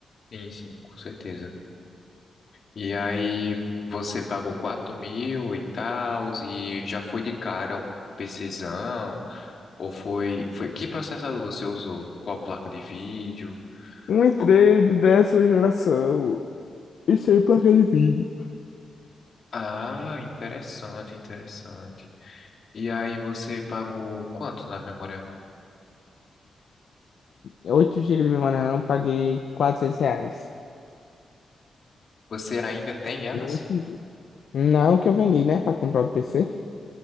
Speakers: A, on the left (about 55°); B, on the left (about 75°).
A: Sim, sim, com certeza. E aí, você pagou 4 mil e tal, e já foi de cara um PCzão, ou foi, foi... Que processador você usou? Qual placa de vídeo?
B: Um entrei
A: Qual-
B: de décima geração e sem placa de vídeo.
A: Ah, interessante, interessante. E aí você pagou quanto na memória RAM?
B: oito GB de memória RAM, paguei 400 reais.
A: Você ainda tem elas?
B: Em 8 GB. Não que eu vendi, né, pra comprar o PC.